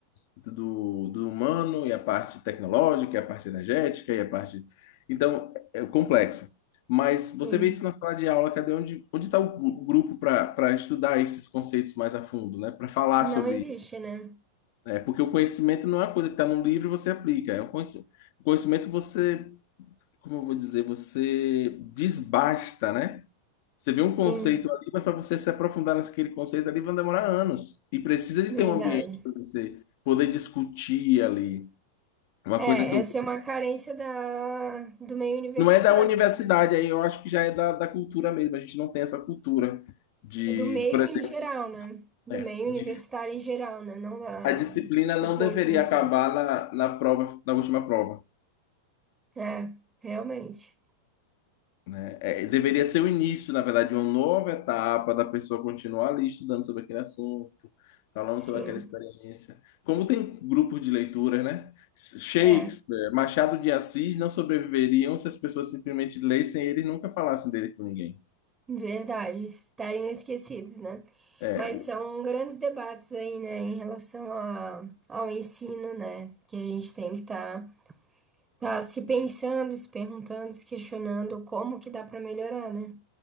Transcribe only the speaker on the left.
do, do humano e a parte tecnológica, e a parte energética e a parte. Então, é complexo. Mas você
vê isso na sala de aula, cadê onde onde está o gru- grupo para estudar esses conceitos mais a fundo, né? Para falar
sobre.
isso,
né? porque o conhecimento não é uma coisa que está no livro e você aplica, é um conhecimento. O conhecimento você como eu vou dizer, você desbasta, né? Você vê um conceito
ali, mas para você se aprofundar naquele conceito ali, vai demorar anos. E precisa de
ter um ambiente para você poder discutir ali. Uma
coisa que eu.
Não é da universidade,
aí eu acho que já é da, da cultura mesmo. A gente não tem essa cultura de,
de, por exemplo,
é,
de-
a disciplina
não
deveria
acabar na, na prova, na última prova.
né? É, deveria ser o início, na verdade, de uma nova etapa da pessoa continuar ali estudando sobre aquele assunto, falando
sobre aquela experiência. Como tem grupos de leituras, né? Shakespeare,
Machado de Assis não sobreviveriam se as pessoas simplesmente lessem ele e nunca falassem dele com ninguém.
É.